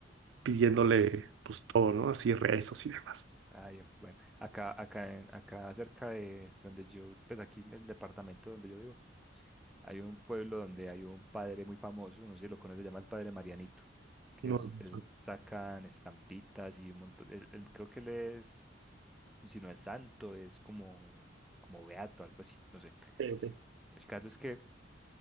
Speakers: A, on the right (about 75°); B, in the centre.
A: pidiéndole pues todo, ¿no? Así rezos y demás.
B: ay, hombre, bueno, acá, acá, en- acá cerca de donde yo, pues aquí en el departamento donde yo vivo, hay un pueblo donde hay un padre muy famoso, no sé si lo conoce, se llama el padre Marianito, que
A: No,
B: es, de esos
A: ok,
B: sacan estampitas y un montón, él- él- creo que él es, si no es santo, es como, un- como beato, algo así, no sé.
A: ok.
B: El caso es que